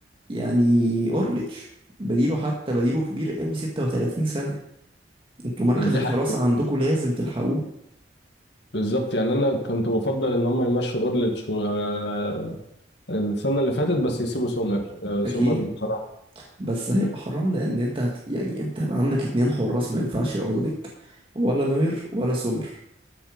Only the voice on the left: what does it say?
ودي
حاجتين
بالظبط يعني انا كنت بفضل ان هم يمشوا اورليتش و آه، السنة اللي فاتت بس يسيبوا سومر آه،
سومر بصراحة